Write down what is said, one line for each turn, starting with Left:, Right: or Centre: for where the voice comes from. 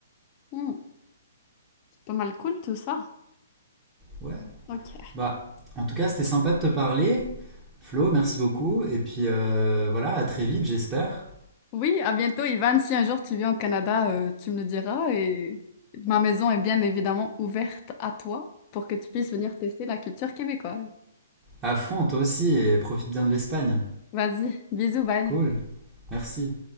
Left: Hmm, c'est pas mal cool tout ça.
Right: Ouais.
Left: Ok.
Right: Bah, en tout cas, c'était sympa de te parler. Flo, merci beaucoup. Et puis euh, voilà, à très vite, j'espère.
Left: Oui, à bientôt, Ivan. Si un jour tu viens au Canada, euh, tu me le diras et ma maison est bien évidemment ouverte à toi pour que tu puisses venir tester la culture québécoise.
Right: À fond, toi aussi, et profite bien de l'Espagne.
Left: Vas-y, bisous, bye.
Right: Cool. Merci.